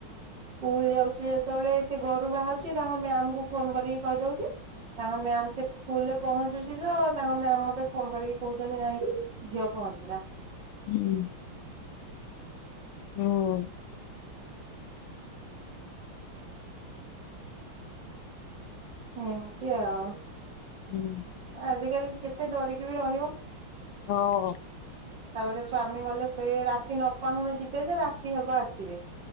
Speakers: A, on the right (about 60°); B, on the left (about 85°).
A: ସ୍କୁଲ ଯାଉଛି ଯେତେବେଳେ ସେ ଘରୁ ବାହାରୁଛି ତାଙ୍କ ମ୍ୟାମଙ୍କୁ ଫୋନ କରିକି କହିଦଉଚି। ତାଙ୍କ ମ୍ୟାମ ସେ ସ୍କୁଲରେ ପହଞ୍ଚୁଚି ତ ତାଙ୍କ ମ୍ୟାମ ମତେ ଫୋନ କରିକି କହୁଛନ୍ତି ନାଇଁ ଝିଅ ପହଞ୍ଚିଲା।
B: ହୁଁ। ଆଉ।
A: ଏମତି ଆଉ।
B: ହୁଁ।
A: ଆଜିକାଲି କେତେ ଡରିକି ବି ରହିବ।
B: ହଁ।
A: ତାପରେ ସ୍ଵାମୀ ଗଲେ ସିଏ ରାତି ନ ପାହୁଣୁ ଯିବେ ଯେ, ରାତି ହେବ ଆସିବେ।